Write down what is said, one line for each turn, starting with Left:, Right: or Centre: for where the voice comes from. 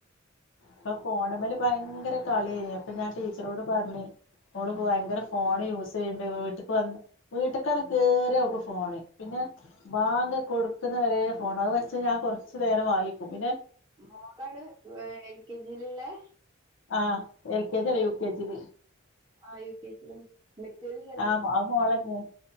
Left: പ്പൊ ഫോണ്മ്മല് ഭയങ്കര കളിയേന്ന് അപ്പൊ ഞാൻ ടീച്ചറോട് പർഞ് ഓള്പ്പൊ ഭയങ്കര ഫോൺ യൂസ് ചെയ്യ്ണ്ട് വീട്ട്ക്ക് വന്ന് വീട്ട്ക്കണ്ട് കേറിയാ ഓക്ക് ഫോണ് പിന്നെ ബാങ്ക് കൊട്ക്ക്ന്ന വെരെ ഫോണ് അത് വെച്ച ഞാൻ കൊർച്ച് നേരം വാങ്യെക്കും പിന്നെ
Right: മോളാണ് ഏ എൽ കെ ജില്ള്ളേ
Left: ആ എൽ കെ ജി അല്ല യു കെ ജില്
Right: ആ യു കെ ജില് <unintelligible>
Left: ആ അത് മോളെന്നെ